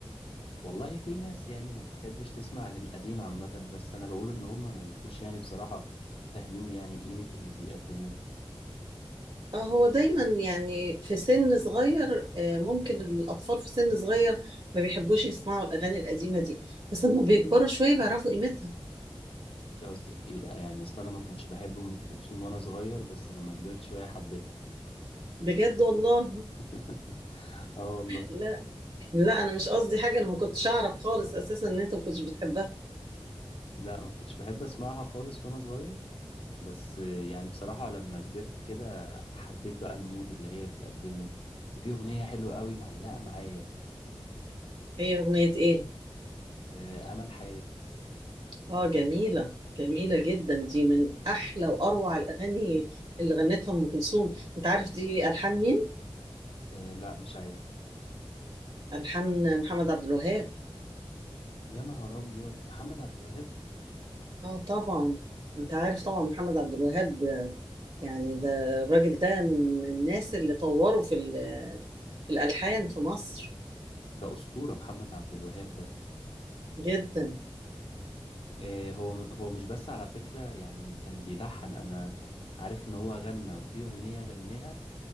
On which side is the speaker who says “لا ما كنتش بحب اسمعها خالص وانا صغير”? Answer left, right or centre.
Left